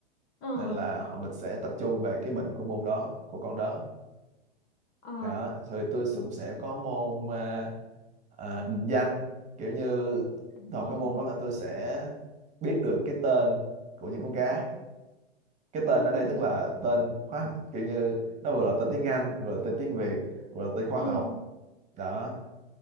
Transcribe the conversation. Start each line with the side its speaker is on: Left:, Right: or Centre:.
Left: ờ,
Right: nên là họ mình sẽ tập trung về cái bệnh của môn đó của con đó
Left: ờ,
Right: đó rồi tôi cũng sẽ có môn à, à, định danh kiểu như
Left: định
Right: tôi học
Left: danh.
Right: cái môn đó là tôi sẽ biết được cái tên của những con cá cái tên
Left: Ừ.
Right: ở đây tức là tên hóa học kiểu như nó vừa là tên tiếng Anh vừa là tên tiếng Việt vừa là tên khoa
Left: ừ.
Right: học đó